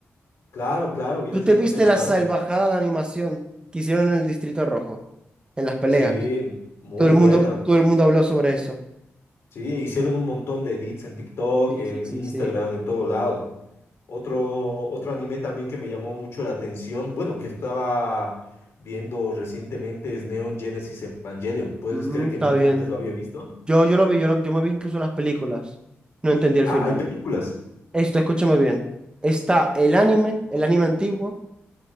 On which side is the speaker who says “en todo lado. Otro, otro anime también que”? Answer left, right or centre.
Left